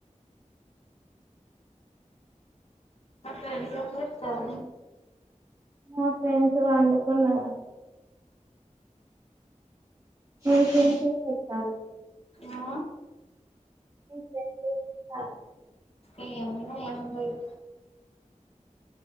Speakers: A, on the left; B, on the right.
A: ఎగ్జామ్స్ కి అత్తవ
B: మా ఫ్రెండ్స్ వండుకున్నారు ట్యూషన్ కి ఏం చెప్పాలి
A: ఆ
B: ని ఫ్రెండ్స్ ఏం చేస్తా అన్నారు
A: ఏం ఉన్నది ఏం లేదు